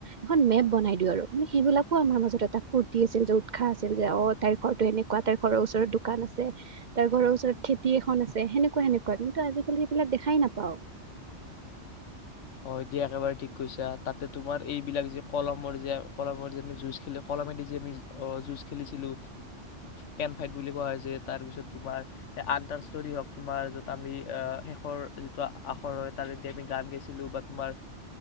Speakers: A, on the right; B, on the left.
A: এখন মেপ বনাই দিও আৰু মানে সেইবিলাকো আমাৰ মাজত এটা ফূুৰ্তি আছিল যে উৎসাহ আছিল যে অ তাইৰ ঘৰৰতো এনেকুৱা, তাই ঘৰৰ ওচৰত দোকান আছে, তাইৰ ঘৰৰ ওচৰত খেতি এখন আছে সেনেকুৱা সেনেকুৱা কিন্তু আজিকালি সেইবিলাক দেখাই নাপাও।
B: হয় দিয়া একেবাৰে ঠিক কৈছা তাতে তোমাৰ এইবিলাক যে কলমৰ যে কলমৰ যে আমি যুজ খ কলমেদি যে আমি যুজ খেলিছিলো কেন ফাইট বুলি কোৱা হয় যে তাৰপিছত তোমাৰ আটাৰ ষ্টৰ হওঁক তোমাৰ য'ত আমি শেষৰ যিটো আখৰ হয় তাতেদি আমি গান গাইছিলো ছিলোঁ বা তোমাৰ